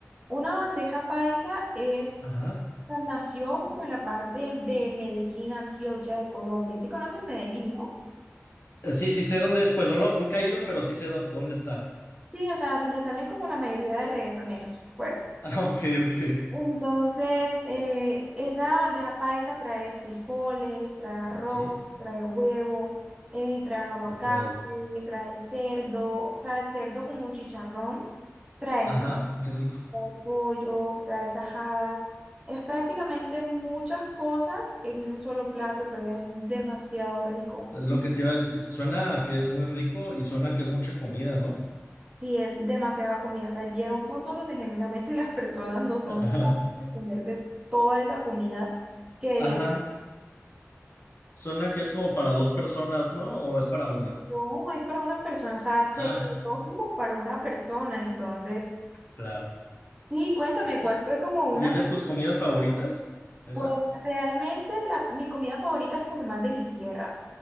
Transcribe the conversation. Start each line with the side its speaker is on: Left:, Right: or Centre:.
Right: una bandeja paisa es,
Left: ajá.
Right: o sea, nació como en la parte de Medellín, Antioquia de Colombia. ¿Sí conoces Medellín, no?
Left: Eh, Sí, sí sé dónde es, pues no lo- nunca he ido, pero sí sé dó- dónde está.
Right: Sí, o sea, donde salen como la mayoría de reggaetoneros. Bueno.
Left: <laughs> Ah, ok, ok.
Right: Entonces, eh, esa bandeja paisa trae frijoles, trae arroz,
Left: Ok,
Right: trae huevo, eh, trae aguacate,
Left: de todo.
Right: trae cerdo, o sea, cerdo como chicharrón, trae,
Left: Ajá,
Right: c-
Left: qué rico.
Right: trae pollo, trae tajadas. Es prácticamente muchas cosas en un solo plato, pero es demasiado rico.
Left: Es lo que te iba a decir. Suena a que es muy rico y suena a que es mucha comida, ¿no?
Right: Sí, es demasiada comida. O sea, llega un punto donde genuinamente <laughs> las personas no son
Left: <laughs> Ajá.
Right: capaces de comerse toda esa comida que
Left: Ajá.
Right: le...
Left: Suena que es como para dos personas, ¿no? ¿O es para una?
Right: No, es para una persona, o sea, se
Left: Ah,
Right: creó como para una persona, entonces,
Left: claro.
Right: sí, cuéntame,
Left: ¿Y, y
Right: ¿cuál fue como una,
Left: y es de tus comidas favoritas? ¿Esa?
Right: pues realmente la, mi comida favorita es como más de mi tierra.